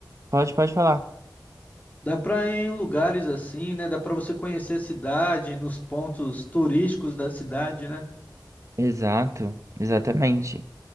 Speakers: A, on the right; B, on the left.
A: pode, pode falar.
B: dá pra ir em lugares assim, né? Dá pra você conhecer a cidade, nos pontos turísticos da cidade, né?
A: Exato, exatamente.